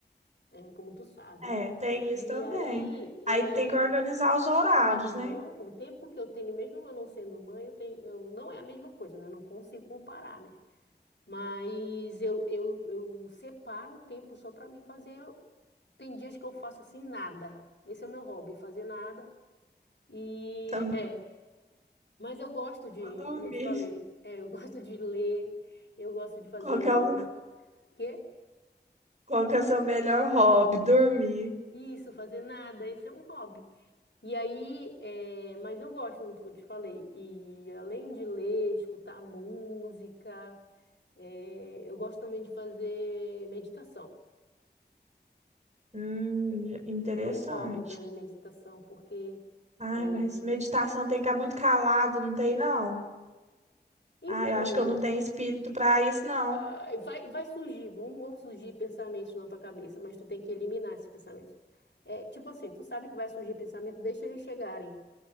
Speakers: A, on the left; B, on the right.
A: é, como tu sabe,
B: É,
A: né?
B: tem
A: E
B: isso também.
A: aí, é,
B: Aí tem que organizar os horários,
A: aham,
B: né? <laughs>
A: o tempo que eu tenho, mesmo eu não sendo mãe, eu tenho, eu, não é a mesma coisa, né? Eu não consigo comparar, né? Mas eu, eu, eu separo um tempo só para me fazer. Tem dias que eu faço assim nada. Esse é o meu hobby, fazer nada. E
B: Também
A: é, mas eu gosto de,
B: pra dormir.
A: como eu te falei, é, eu <laughs> gosto de ler, eu gosto de fazer
B: Qual que é
A: uma
B: o,
A: quê?
B: qual que é o seu melhor hobby? Dormir.
A: Isso, fazer nada, isso é um hobby. E aí, é, mas eu gosto muito do que eu te falei. E além de ler, escutar música, é, eu gosto também de fazer meditação.
B: Hum, interessante.
A: É um hobby para mim meditação, porque
B: Ai,
A: é,
B: mas meditação tem que ficar muito calado, não tem, não?
A: então
B: Ah, eu acho que eu não tenho espírito para isso, não.
A: Ah, e vai, vai surgir, vão, vão surgir pensamentos na tua cabeça, mas tu tem que eliminar esses pensamentos. É, tipo assim, tu sabe que vai surgir pensamento, deixa eles chegarem,